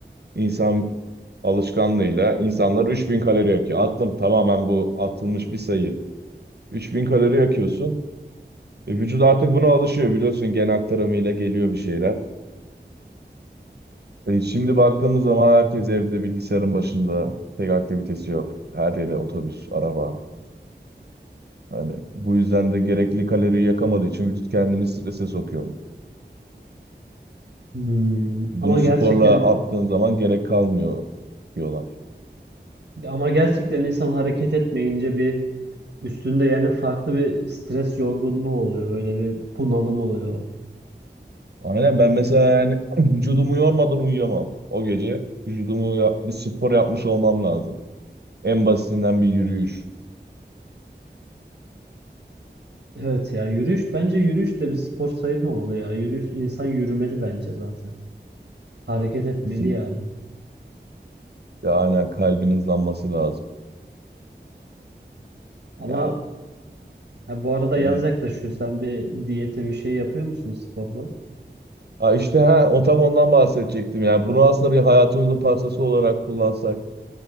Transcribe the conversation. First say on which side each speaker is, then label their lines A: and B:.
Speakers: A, on the right; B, on the right.
A: insan alışkanlığıyla insanlar 3000 kalori yakıyor. Attım tamamen bu atılmış bir sayı. 3000 kalori yakıyorsun. E, vücut artık buna alışıyor biliyorsun gen aktarımıyla geliyor bir şeyler. E, şimdi baktığımız zaman herkes evde bilgisayarın başında. Pek aktivitesi yok. Her yere otobüs, araba. Hani bu yüzden de gerekli kaloriyi yakamadığı için vücut kendini strese sokuyor.
B: Hmm,
A: Bunu
B: ama
A: sporla
B: gerçekten
A: attığın zaman gerek kalmıyor diyorlar.
B: ama gerçekten insan hareket etmeyince bir üstünde yani farklı bir stres yorgunluğu oluyor. Böyle bir bunalım oluyor.
A: Aynen ben mesela yani <clears throat> vücudumu yormadan uyuyamam. O gece vücudumu ya- bir spor yapmış olmam lazım. En basitinden bir yürüyüş
B: Evet ya yürüyüş bence yürüyüş de bir spor sayılmamalı ya. Yürüyüş insan yürümeli bence zaten. Hareket etmeli
A: kesinlikle.
B: yani.
A: Ya aynen kalbin hızlanması lazım.
B: Ama
A: Ya
B: Ha, bu arada
A: evet.
B: yaz yaklaşıyor. Sen bir diyete bir şey yapıyor musun sporda?
A: Ha işte ha, o tam ondan bahsedecektim. Yani bunu aslında bir hayatımızın parçası olarak kullansak.